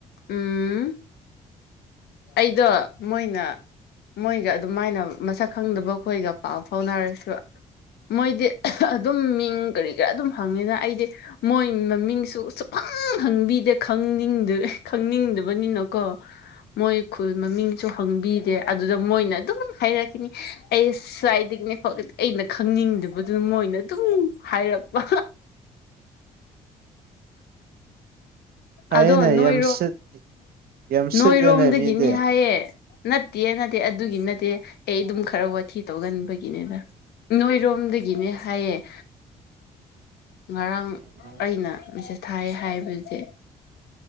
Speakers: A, on the left; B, on the right.
A: ꯎꯝ ꯑꯩꯗꯣ ꯃꯣꯏꯅ ꯃꯣꯏꯒ ꯑꯗꯨꯃꯥꯏꯅ ꯃꯁꯛ ꯈꯪꯗꯕ ꯈꯣꯏꯒ ꯄꯥꯎ ꯐꯥꯎꯅꯔꯁꯨ ꯃꯣꯏꯗꯤ ꯑꯗꯨꯝ ꯃꯤꯡ ꯀꯔꯤ ꯀꯔꯥ ꯑꯗꯨꯝ ꯍꯪꯉꯤꯗ ꯑꯩꯗꯤ ꯃꯣꯏ ꯃꯃꯤꯡꯁꯨ ꯁꯨꯛꯍꯪ ꯍꯪꯕꯤꯗꯦ ꯈꯪꯅꯤꯡꯗ ꯈꯪꯅꯤꯡꯗꯕꯅꯤꯅꯀꯣ ꯃꯣꯏ ꯈꯨꯜ ꯃꯃꯤꯡꯁꯨ ꯍꯪꯕꯤꯗꯦ ꯑꯗꯨꯗ ꯃꯣꯏꯅ ꯑꯗꯨꯝ ꯍꯥꯏꯔꯛꯀꯅꯤ ꯑꯩꯁ ꯁ꯭ꯋꯥꯏꯗꯒꯤꯅꯦ ꯑꯩꯅ ꯈꯪꯅꯤꯡꯗꯕꯗꯨꯅ ꯃꯣꯏꯅ ꯑꯗꯨꯝ ꯍꯥꯏꯔꯛꯄ
B: ꯐꯩꯌꯦꯅꯦ
A: ꯑꯗꯣ ꯅꯣꯏꯔꯣꯝ
B: ꯌꯥꯝ ꯁꯤꯠ ꯌꯥꯝ
A: ꯅꯣꯏꯔꯣꯝꯗꯒꯤꯅꯤ
B: ꯁꯤꯠꯂꯦꯅꯦ ꯃꯤꯗꯤ
A: ꯍꯥꯏꯌꯦ ꯅꯠꯇꯦ ꯅꯠꯇꯦ ꯑꯗꯨꯒꯤ ꯅꯠꯇꯦ ꯑꯩ ꯑꯗꯨꯝ ꯈꯔ ꯋꯥꯊꯤ ꯇꯧꯒꯟꯕꯒꯤꯅꯦꯕ ꯅꯣꯏꯔꯣꯝꯗꯒꯤꯅꯦ ꯍꯥꯏꯌꯦ
B: <inaudible>
A: ꯉꯔꯥꯡ
B: ꯎꯝ
A: ꯑꯩꯅ ꯃꯦꯁꯦꯁ ꯊꯥꯏ ꯍꯥꯏꯕꯁꯦ